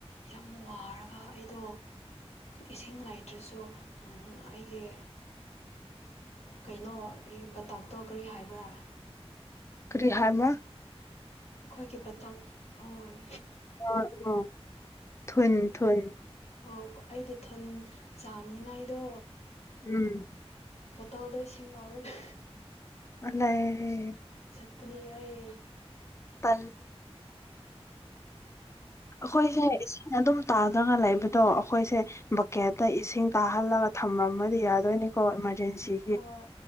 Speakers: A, on the left; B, on the left.
A: ꯌꯥꯝ ꯋꯥꯔꯒ ꯑꯩꯗꯣ ꯏꯁꯤꯡ ꯂꯩꯥꯏꯇ꯭ꯔꯁꯨ ꯑꯩꯒꯤ ꯀꯩꯅꯣ ꯑꯩ ꯄꯇꯥꯛꯇꯣ ꯀꯔꯤ ꯍꯥꯏꯕ꯭ꯔꯥ
B: ꯀꯔꯤ ꯍꯥꯏꯕꯔꯥ
A: ꯑꯩꯈꯣꯏꯒꯤ ꯄꯇꯥꯡ ꯍꯣꯏ
B: ꯑ ꯑꯣ ꯊꯟ ꯊꯟ
A: ꯑꯣ ꯑꯩꯒꯤ ꯊꯣꯟ ꯆꯥꯝꯅꯤꯡꯉꯥꯏꯗꯣ
B: ꯎꯝ
A: ꯕꯣꯇꯥꯜꯗ ꯏꯁꯤꯡ ꯂꯧꯔꯒ
B: ꯑꯂꯥꯏ
A: ꯆꯠꯄꯅꯤ ꯑꯩ
B: ꯄꯦ ꯍꯣꯏ ꯍ ꯑꯗꯨꯝ ꯇꯥꯗꯅ ꯂꯩꯕꯗꯣ ꯑꯩꯈꯣꯏꯁꯦ ꯕꯛꯀꯦꯠꯇ ꯏꯁꯤꯡ ꯀꯥꯍꯜꯂꯒ ꯊꯝꯃꯝꯃꯗꯤ ꯌꯥꯗꯣꯏꯅꯤ ꯀꯣ ꯏꯃꯔꯖꯦꯟꯁꯤ
A: ꯍꯣꯏ